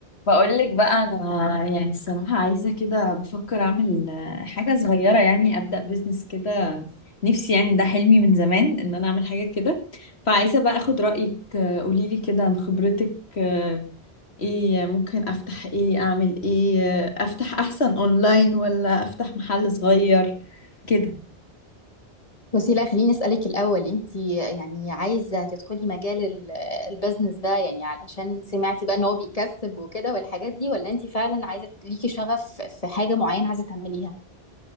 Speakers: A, on the left; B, on the left.
A: بقولك بقى انا يعني الصراحه عايزه كده بفكر اعمل آه، حاجه صغيره يعني ابدا بيزنس كده نفسي يعني ده حلمي من زمان ان انا اعمل حاجه كده فعايزه بقى اخد رايك آه، قوليلي كده بخبرتك آه، ايه ممكن افتح ايه اعمل ايه آه، افتح احسن اونلاين ولا افتح محل صغير كده
B: بس لا خليني أسألك الأول انت يعني عايزة تدخلي مجال ال- البزنس ده يعني علشان سمعتي بقى ان هو بيكسب وكده والحاجات دي ولا انت فعلا عايزة ليكي شغف في حاجة معينة عايزة تعمليها